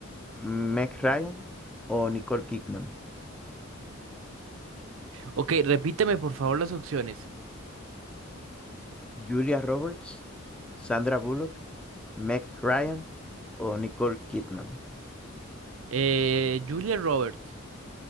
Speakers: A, in the centre; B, on the right.
A: Meg Ryan o Nicole Kidman?
B: Ok, repíteme por favor las opciones.
A: Julia Roberts, Sandra Bullock, Meg Ryan o Nicole Kidman.
B: Eh, Julia Roberts.